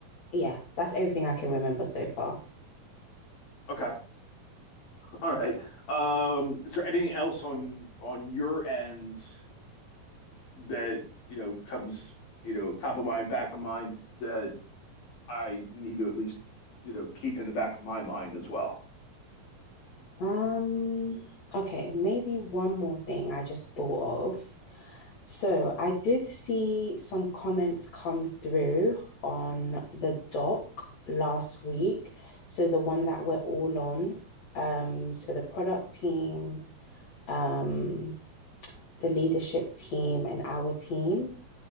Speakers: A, on the left; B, on the left.
A: yeah, that's everything I can remember so far.
B: Okay. All right. Um, is there anything else on on your end that, you know, comes, you know, top of mind, back of mind that I need to at least, you know, keep in the back of my mind as well?
A: Um okay, maybe one more thing I just thought of. So I did see some comments come through on the doc last week. So the one that we're all on. Um, so the product team, um, the leadership team, and our team.